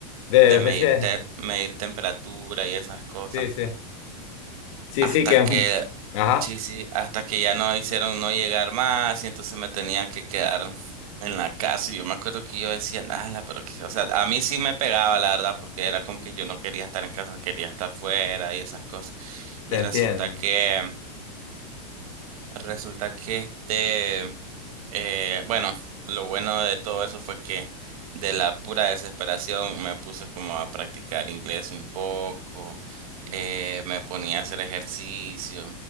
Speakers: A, on the left; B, on the right.
A: De
B: de medir,
A: veces,
B: te- medir temperatura y esas cosas.
A: sí, sí. Sí,
B: Hasta
A: sí, que...
B: que,
A: ujú. Ajá,
B: sí, sí, hasta que ya no hicieron no llegar más y entonces me tenía que quedar en la casa. Y yo me acuerdo que yo decía, nada, pero que, o sea, a mí sí me pegaba, la verdad, porque era como que yo no quería estar en casa, quería estar fuera y esas cosas.
A: te
B: Y
A: entiendo.
B: resulta que Resulta que este, eh, bueno, lo bueno de todo eso fue que de la pura desesperación me puse como a practicar inglés un poco, eh, me ponía a hacer ejercicio,